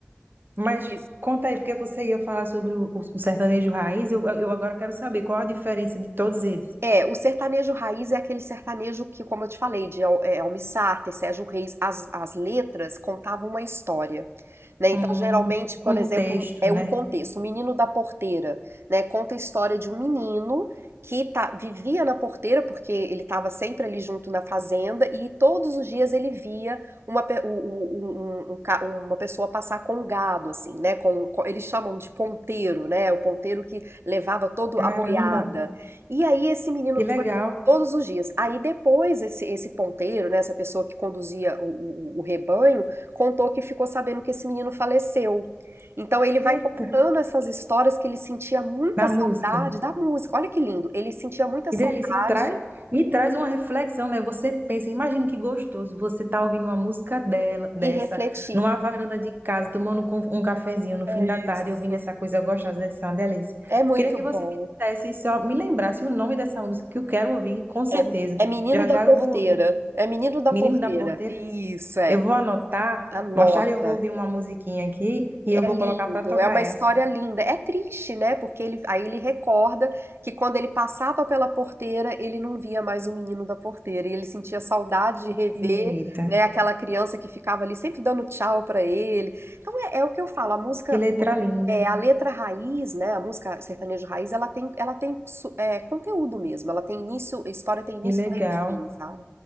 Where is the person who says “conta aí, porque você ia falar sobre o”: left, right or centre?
Right